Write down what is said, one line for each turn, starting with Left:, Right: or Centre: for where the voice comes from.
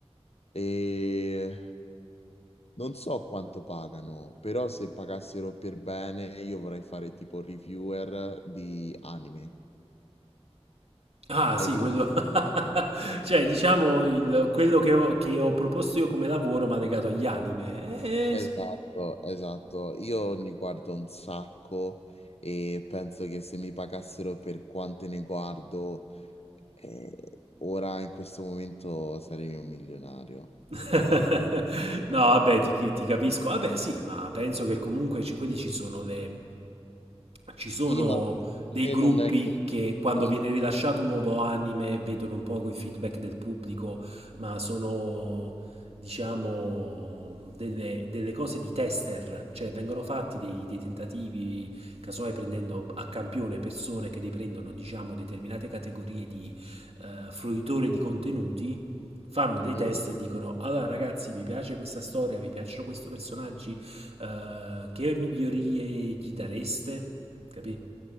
Left: e non so quanto pagano, però se pagassero per bene io vorrei fare tipo reviewer di anime.
Right: Ah sì,
Left: Hai
Right: quello, <laughs> cioè diciamo il- quello che ho, che ho proposto io come lavoro ma legato agli anime. Eh,
Left: Esatto,
Right: s-
Left: esatto. Io ne guardo un sacco e penso che se mi pagassero per quante ne guardo, eh, ora in questo momento sarei un milionario.
Right: <laughs> No, vabbè, ti,
Left: No,
Right: ti capisco. Vabbè, sì, ma penso che comunque ci, quelli ci sono le... Ci sono
Left: Sì, ma
Right: dei
Left: eh,
Right: gruppi
Left: non è che...
Right: che quando
Left: eh,
Right: viene rilasciato un nuovo anime vedono un po' il feedback del pubblico, ma sono, diciamo, delle, delle cose di tester, cioè vengono fatti dei, dei tentativi, casomai prendendo a campione persone che riprendono, diciamo, determinate categorie di eh, fruitori di contenuti fanno dei
Left: mhm.
Right: test e dicono allora ragazzi vi piace questa storia, vi piacciono questi personaggi, Eh, che migliorie gli dareste? Capì?